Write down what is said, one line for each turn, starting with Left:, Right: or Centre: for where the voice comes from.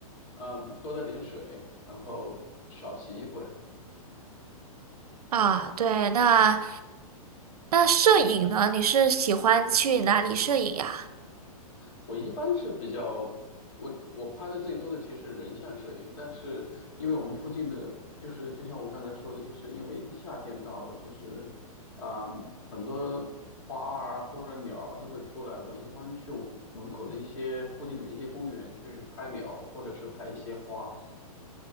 Left: 嗯，多带点水，然后少骑一会，
Right: 啊，对，那那摄影呢？你是喜欢去哪里摄影呀？
Left: 我一般是比较，我我拍的最多的其实是人像摄影，但是因为我们附近的，就是就像我刚才说的，就是因为夏天到了，就是啊、很多花儿啊或者鸟儿啊都会出来。我一般去我门口的一些附近的一些公园去拍鸟，或者是拍一些花。